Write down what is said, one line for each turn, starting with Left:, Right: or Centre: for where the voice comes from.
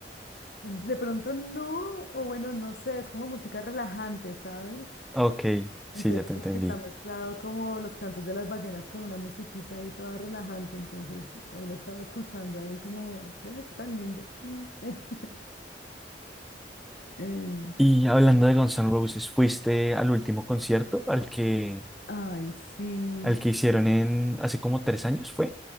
Left: de pronto no, o bueno, no sé, es como música relajante, ¿sabes?
Centre: Ok, sí,
Left: Entonces
Centre: ya te
Left: como
Centre: entendí.
Left: que está mezclado como los cantos de las ballenas con una musiquita ahí toda relajante, entonces hoy la estaba escuchando ahí como, ¿ves? Tan lindo. Mm. <laughs> Eh,
Centre: Y hablando de Guns N' Roses, ¿fuiste al último concierto al que,
Left: ay, sí.
Centre: al que hicieron en hace como tres años, fue?